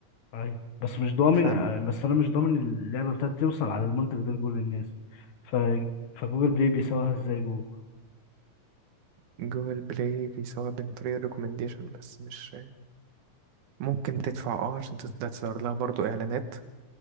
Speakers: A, on the left (about 70°); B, on the right (about 80°).
A: ايوه بس مش ضامن
B: فاهم
A: آه، بس انا مش ضامن اللعبه بتاعتي توصل على المنتج ده لكل الناس ف فجوجل بلاي بيسوقها ازاي جوجل
B: جوجل بلاي بيسويها عن طريق الريكومنديشن بس مش ممكن تدفع اه عشان تس- ده تظهر لها برضو اعلانات